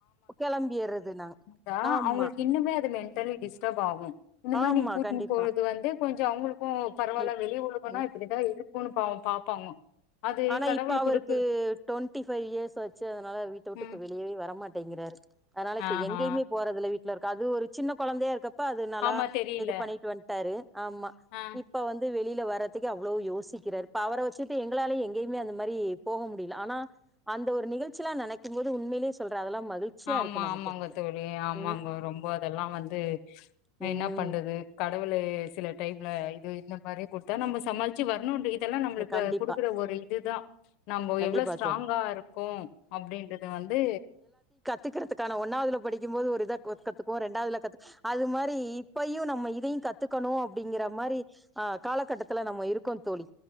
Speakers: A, in the centre; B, on the left.
A: கெளம்பிற்றது நாங்க
B: தா
A: ஆமா
B: அவங்களுக்கு இன்னுமே அது மென்டலி டிஸ்டப் ஆகு இந்த மாரி
A: ஆமா
B: நீ கூட்னு
A: கண்டிப்பா
B: போறது வந்து கொஞ்சோ அவங்களு கூ பரவால்ல
A: இப்
B: வெளி உலகனா
A: ம்
B: இப்படிதா இருக்குனு பாவோ பாப்பாங்க அது
A: ஆனா
B: கடவுள்
A: இப்ப அவருக்கு
B: குடுக்கு
A: டுவெண்ட்டி ஃபைவ் இயர்ஸ் ஆச்சி அதனால வி தோட்டு
B: ம்
A: இப்ப வெளியவே வர மாட்டேங்கிறாரு அதனால இப்ப
B: ஆஹா
A: எங்கயுமே போறதில்ல வீட்ல இருக்கு அது ஒரு சின்ன கொழந்தயா இருக்கப் ப்ப அது நல்லா
B: ஆமா தெரியல
A: இது பண்ணிட்டு வன்ட்டாரு ஆமா
B: ஆ
A: இப்ப வந்து வெ வெளில வர்றதுக்கே அவ்ளோ யோசிக்கிறாரு இப்ப அவர வச்சிட்டு எங்களால எங் கேய்மே அந்த மாரி போக முடில ஆனா அந்த ஒரு நிகழ்ச்சிலா நெனைக்கும்போது உண்மைலே சொல்றே அதெல்லா மகிழ்ச்சியா
B: ஆமா
A: இருக்கு நமக்கு
B: ஆமாங்க தோழி ஆமாங்க
A: ம்
B: ரொம்ப அதெல்லா வந்து
A: ம்
B: என்ன பண்றது கடவுளு சில டைம்ல இது இந்த மாரி குடுத்தா நம்ம சமாளி ச்சி வரனுடி இதெல்லா நம்மளுக்கு
A: கண்டிப்பா
B: குடுக்குற ஒரு இதுதா நம்ம
A: கண்டிப்பா
B: எவ்ளோ ஸ்ட்ராங்கா
A: தோழி
B: இருக்கோ அப்டின்றது வந்து
A: துக்கிறதுக்கான ஒன்னாவது படி கும்போது ஒரு இத கத்துக்குவோ ரெண்டாவதுல கத்து அது மாரி இப்பையு நம்ம இதயு கத் கத்துக்கணு அப்டிங்கிற மாரி ஆ காலகட்டத்த த்துல நம்ம இருக்கோ தோழி